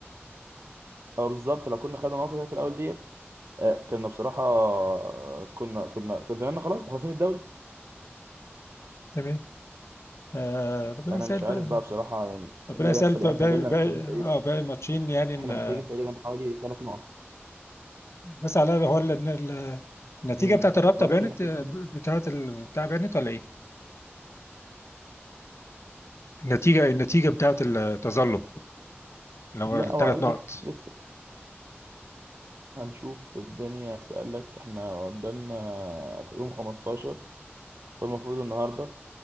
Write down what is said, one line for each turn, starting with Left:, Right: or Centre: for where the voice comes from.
Right: اه بالظبط لو كنا خدنا النقط اللي كانت في الاول ديت آه كنا بصراحه آه، كنا كنا كان زماننا خلاص مخلصين الدوري
Left: تمام آه، ربنا
Right: فانا
Left: يسهل
Right: مش
Left: بقى
Right: عارف بقى بصراحه يعني
Left: ربنا
Right: ايه اللي
Left: يسهل
Right: هيحصل
Left: بقى
Right: يعني
Left: باقي
Right: احنا بقينا
Left: باقي-
Right: محتاجين تقريبا
Left: اه باقي ماتشين يعني إن-
Right: احنا محتاجين تقريبا حوالي ثلاث نقط
Left: بس على هو ال- إن ال- النتيجه
Right: امم
Left: بتاعت الرابطه
Right: ماتشين
Left: بانت
Right: محتاجين
Left: آه، بتاعت ال- بتاع بانت ولا ايه؟ النتيجه النتيجه بتاعت التظلم اللي هو
Right: لا
Left: الثلاث
Right: هو قال
Left: نقط
Right: لك لسه هنشوف الدنيا اسألك احنا قدامنا يوم 15 فالمفروض النهارده